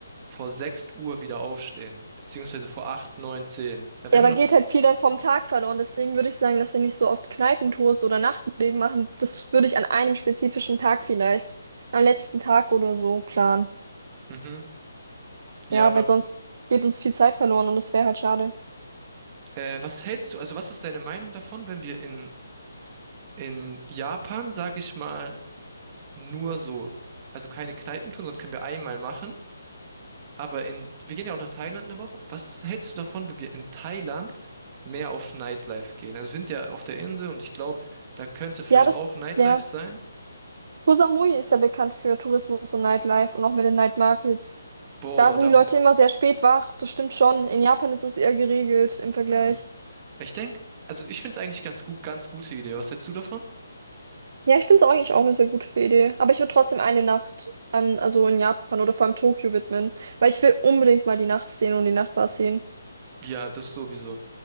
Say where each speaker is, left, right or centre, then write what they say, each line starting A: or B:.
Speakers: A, on the right; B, on the right.
A: vor 6 Uhr wieder aufstehen, beziehungsweise vor acht neun zehn Da wären
B: Ja, da
A: wir noch.
B: geht halt viel dann vom Tag verloren. Deswegen würde ich sagen, dass wir nicht so oft Kneipentours oder Nachtleben machen. Das würde ich an einem spezifischen Tag vielleicht, am letzten Tag oder so planen.
A: Mhm. Ja,
B: Ja,
A: aber
B: weil sonst geht uns viel Zeit verloren und das wäre halt schade.
A: äh, was hältst du, also was ist deine Meinung davon, wenn wir in, in Japan, sag ich mal, nur so, also keine Kneipen tun, sonst können wir einmal machen. Aber in, wir gehen ja auch nach Thailand eine Woche. Was hältst du davon, wenn wir in Thailand mehr auf Nightlife gehen? Also wir sind ja auf der Insel und ich glaube, da könnte vielleicht
B: Ja, das,
A: auch Nightlife
B: ja.
A: sein.
B: Susamui ist ja bekannt für Tourismus und Nightlife und auch mit den Night Markets.
A: Boah,
B: Da sind
A: darauf.
B: die Leute immer sehr spät wach, das stimmt schon. In Japan ist es eher geregelt im Vergleich.
A: mm. Ich denke, also ich finde es eigentlich ganz gut, ganz gute Idee. Was hältst du davon?
B: Ja, ich finde es eigentlich auch eine sehr gute Idee. Aber ich würde trotzdem eine Nacht an, also in Japan oder vor allem Tokio widmen, weil ich will unbedingt mal die Nachtszene und die Nachtbars sehen.
A: Ja, das sowieso.